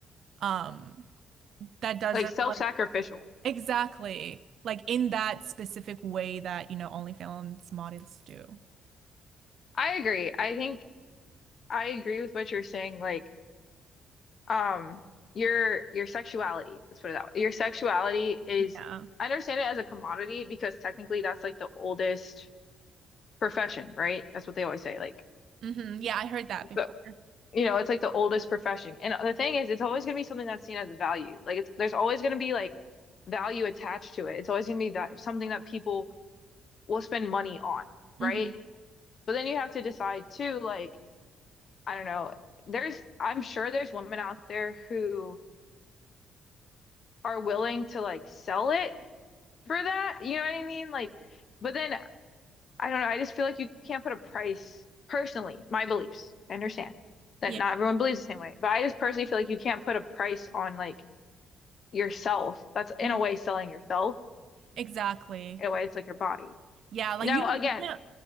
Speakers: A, on the right; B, on the left.
A: um that doesn't
B: Like self-sacrificial.
A: like exactly like in that specific way that, you know, OnlyFans models do.
B: I agree. I think I agree with what you're saying. Like, um, your your sexuality, let's put it that way. Your sexuality is
A: Yeah.
B: I understand it as a commodity because technically that's like the oldest profession, right? That's what they always say. Like
A: hmm Yeah, I heard that before.
B: the You know, it's like the oldest profession. And the thing is, it's always going to be something that's seen as a value. Like it's there's always going to be like value attached to it. It's always going to be that something that people will spend money on,
A: hmm
B: right? But then you have to decide too, like, I don't know, there's I'm sure there's women out there who are willing to like sell it for that. You know what I mean? Like, but then I don't know, I just feel like you can't put a price personally, my beliefs. I understand that
A: Yeah.
B: not everyone believes the same way, but I just personally feel like you can't put a price on like yourself. That's in
A: Mm-hmm.
B: a way selling yourself.
A: Exactly.
B: In a way, it's like your body.
A: Yeah, like
B: Now,
A: you don't,
B: again,
A: you can't